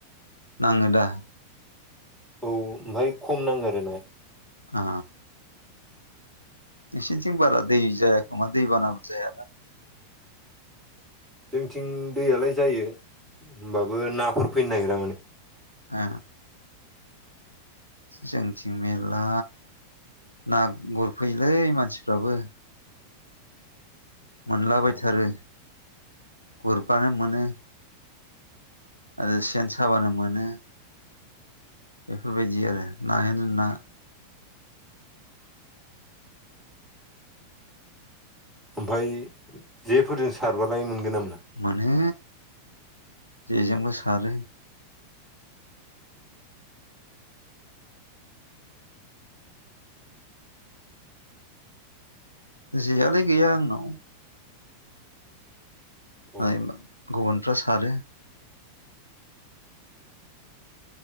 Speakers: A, on the left (about 90°); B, in the centre.
A: नाङो दा
B: औ ओमफ्राय खम नाङो आरो नाया
A: आ नोंसिनिथिं बारा दै जायाखोमा दै बानाबो जाया ना
B: जोंथिं दैयालाय जायो होमबाबो नाफोर फैनो नागिरा माने
A: आ जोंथिं मेरला ना गुरफैलै मानसिफ्राबो मोनलाबायथारो
B: अ
A: गुरबानो मोनो। आरो सेन साबानो मोनो। बेफोर बायदि आरो नायानो ना।
B: ओमफाय जेफोरजों सारबालाय मोनगोन ना मोना?
A: मोनो जेजोंबो सारो। जेयालाय गैया आंनाव।
B: अ
A: मालाय गुबुनफ्रा सारो